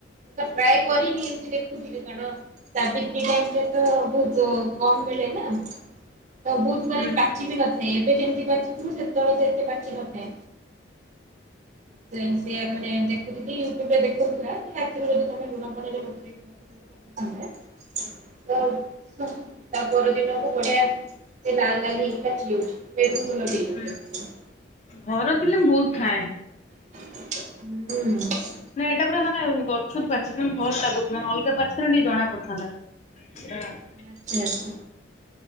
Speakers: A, on the right (about 40°); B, on the left (about 35°).
A: ତ ଟ୍ରାଏ କରିନି ଏମତି ଦେଖୁିଥିଲି କାରଣ ସାବିତ୍ରୀ ପାଇଁକା ତ ବହୁତ କମ୍ ମିଳେନା ତ ବହୁତ
B: ହୁଁ
A: ମାନେ ପା ଚି ବି ନଥାଏ ଏବେ ଯେମତି ପାଚିଥିବ ସେତେବେଳେ ସେମତି ପାଚି ନଥାଏ। ସେମ ସିଏ ମାନେ ଦେଖୁଥିଲି ୟୁଟୁବରେ ଦେଖଉଥିଲା କି ରାତି ରୁ ଯଦି ତମେ ଲୁଣ ପାଣିରେ ବତୁରେଇକି ରଖି <inaudible> ତ ତ ତା ପର ଦିନକୁ ବଢିଆ ସେ ଲାଲ୍ ଲାଲ୍ ହେଇକି ପାଚି ଯାଉଚି ମେରୁନ୍ କଲର୍ ହେଇ
B: ହୁଁ
A: ଯାଉଚି।
B: ଘର ଥିଲେ ମୁଁ ବହୁତ ଖାଏ।
A: ହୁଁ।
B: ନାଇଁ ଏଇଟା ପୁରା ମାନେ ଗଛରୁ ପାଚିଚି ମାନେ ଭଲ ଲାଗୁଚି ମାନେ ଅଲଗା ପାଚିଥିଲା ଟିକେ ଜଣା ପଡିଥାନ୍ତା। ହଁ।
A: ଆଚ୍ଛା ଆଚ୍ଛା।